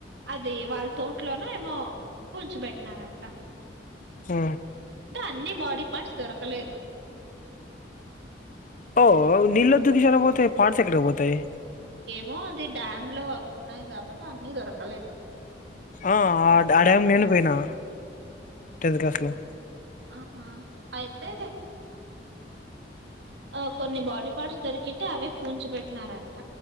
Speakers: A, on the right; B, on the left.
A: అది వాళ్ళ తోటలోన ఏమో పూచి పెట్టినారంట
B: ఆ
A: అన్ని బాడీ పార్ట్స్ దొరకలేదు
B: ఓ నీళ్లొద్దు దిశల పోతే పోర్ట్స్ ఎక్కడ పోతాయి
A: మో అది డ్యామ్ లో ఉన్నాయి కాబట్టి అన్ని దొరకవు
B: ఆ ఆ డా డ్యామ్ నేను పోయినా టెన్త్ క్లాస్ లో
A: ఆ ఆ అయితే ఆ కొన్ని బాడీ పార్ట్స్ దొరికితే అవే పూచి పెట్టినారంట